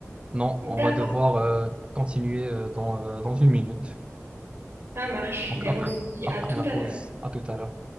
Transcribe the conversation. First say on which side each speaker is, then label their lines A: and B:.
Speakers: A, on the right; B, on the right.
A: non,
B: D'accord,
A: on va devoir euh, continuer euh, dans, euh, dans une minute.
B: ça marche.
A: Donc,
B: Ben,
A: après,
B: on se dit
A: après
B: à tout
A: la
B: à
A: pause,
B: l'heure.
A: à tout à l'heure.